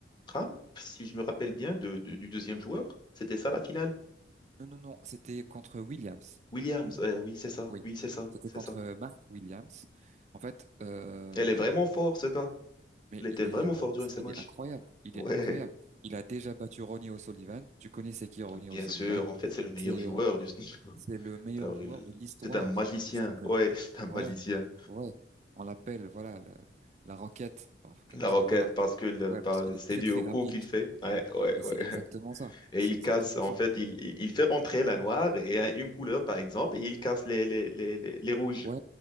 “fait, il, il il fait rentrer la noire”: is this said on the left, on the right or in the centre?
Left